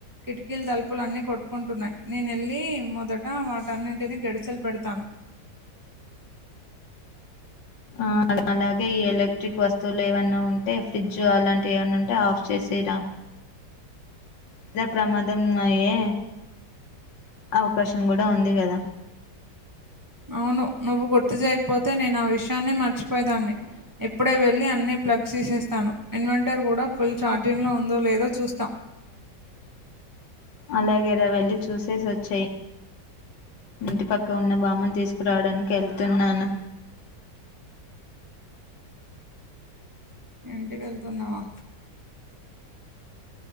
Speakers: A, on the right (about 25°); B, on the left (about 85°).
A: కిటికీలు తలుపులు అన్ని కొట్టుకుంటున్నాయి. నేను వెళ్ళి మొదట వాటన్నింటిని గడిచలు పెడతాను
B: ఆ అలాగే ఈ ఎలక్ట్రిక్ వస్తువులు ఏవైన్నా ఉంటే ఫ్రిడ్జ్ అలాంటివి ఏమైన్నా ఉంటే ఆఫ్ చేసి చేయిరా ఇదా ప్రమాదం అయ్యే అవకాశం కూడా ఉంది గాదా
A: అవును నువ్వు గుర్తు చేయకపోతే నేను ఆ విషయాన్ని మర్చిపోయేదాన్ని ఇప్పుడే వేళ్లి అన్ని ప్లగ్స్ తీసేస్తాను ఇన్వెంటర్ కూడా ఫుల్ చఛార్జింగ్ లో ఉందో లేదో చూస్తా
B: అలాగేరా వెళ్ళి చూసేసి వచ్చేయి ఇంటి పక్క ఉన్న బామ్మను తీసుకురావడానికి వెళ్తున్నాను
A: ఇంటికి వెళ్తున్నావా